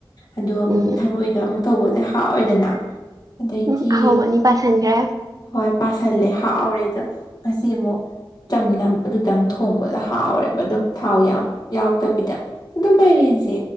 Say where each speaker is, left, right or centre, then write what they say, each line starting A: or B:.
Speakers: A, on the left; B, on the right.
A: ꯑꯗꯣ
B: ꯎꯝ
A: ꯊꯔꯣꯏꯒ ꯑꯃꯨꯛ ꯇꯧꯕꯁꯦ ꯍꯥꯥꯎꯋꯤꯏꯗꯅ ꯑꯗꯩꯗꯤ
B: ꯎꯝ ꯑꯍꯥꯎꯕ ꯑꯅꯤ ꯄꯥꯁꯟꯈ꯭ꯔꯦ
A: ꯍꯣꯏ ꯄꯁꯤꯜꯂꯦ ꯍꯥꯎꯔꯦ ꯑꯗꯣ ꯉꯁꯤ ꯑꯃꯨꯛ ꯆꯝꯅ ꯑꯗꯨꯗꯪ ꯊꯣꯡꯕꯗ ꯍꯥꯎꯔꯦꯕ ꯑꯗꯨꯝ ꯊꯥꯎ ꯌꯥꯝ ꯌꯥꯎꯗꯕꯤꯗ ꯑꯗꯨꯝ ꯃꯥꯏꯔꯦꯟꯁꯦ